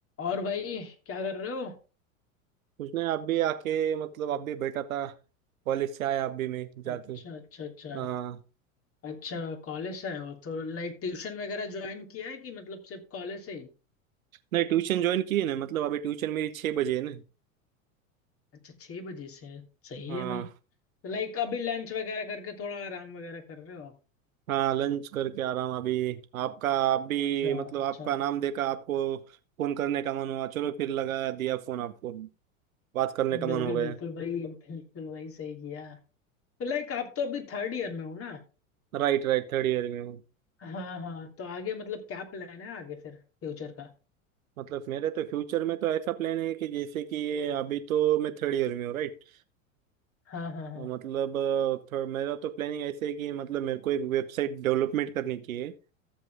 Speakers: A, on the left (about 35°); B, on the right (about 85°).
A: और भाई क्या कर रहे हो
B: उसने आप भी आके मतलब आप भी बैठा था कॉलेज से आया आप भी मैं जाके
A: अच्छा अच्छा अच्छा
B: हाँ
A: अच्छा कॉलेज से आए हो तो लाइक ट्यूशन वगैरह ज्वाइन किया है कि मतलब सिर्फ कॉलेज से ही
B: नहीं ट्यूशन ज्वाइन की है ना मतलब अभी ट्यूशन मेरी छः बजे है ना
A: अच्छा छह बजे से है। सही
B: हाँ
A: है भाई तो लाइक अभी लंच वगैरह करके थोड़ा आराम वगैरह कर रहे हो आप
B: हाँ लंच करके आराम अभी आपका आप भी
A: अच्छा
B: मतलब
A: अच्छा
B: आपका नाम देखा आपको फोन करने का मन हुआ चलो फिर लगा दिया फोन आपको बात करने का
A: बिल्कुल
B: मन हो गया
A: बिल्कुल भाई बिल्कुल भाई सही किया तो लाइक आप तो अभी थर्ड ईयर में हो ना
B: राइट राइट थर्ड ईयर में हूँ
A: हाँ हाँ तो आगे मतलब क्या प्लान है आगे फिर फ्यूचर का
B: मतलब मेरे तो फ्यूचर में तो ऐसा प्लान है कि जैसे कि अभी तो मैं थर्ड ईयर में हूँ राइट
A: हाँ हाँ हाँ
B: मतलब अ, थोड़ा मेरा तो प्लानिंग ऐसे है कि मतलब मेरे को एक वेबसाइट डेवलपमेंट करनी की है